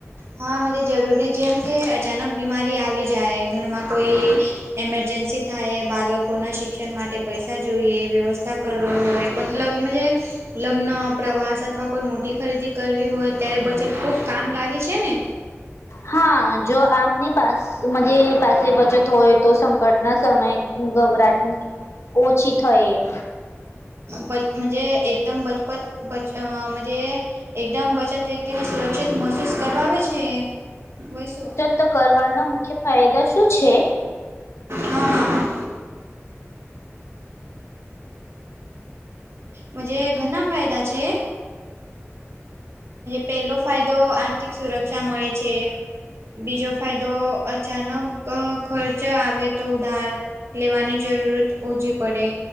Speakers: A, on the right; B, on the left.
A: હા મજ જરૂરી જેમ કે અચાનક બીમારી આવી જાય ઘરમાં કોઈ એમરજન્સી થાય બાળકોના શિક્ષણ માટે પૈસા જોઈએ વ્યવસ્થા કરવું હોય પન લગ્ન છે પ્રવાસ અથવા કોઈ મોટી ખરીદી કરવી હોય ત્યારે બચત ખૂબ કામ લાગે છે ને?
B: હા જો આપની પાસ જ પસે બચત હોય તો સંકટના સમય ગબરાટ ઓછી થયે.
A: પજ મજે એકદમ બચપત અ મજે એકદમ બચત તો વક્તિને સુરક્ષિત મહેસૂસ કરવા આવે છે વય શું
B: તો કરવાના મુખ્ય ફાયદા શું છે?
A: હા હા મજે ઘણા ફાયદા છે. પેલો ફાયદો આર્થિક સુરક્ષા મળે છે. બીજો ફાયદો અચાનક ખર્ચ આવે તો ઉધાર લેવાની જરૂરત ઓછી પડે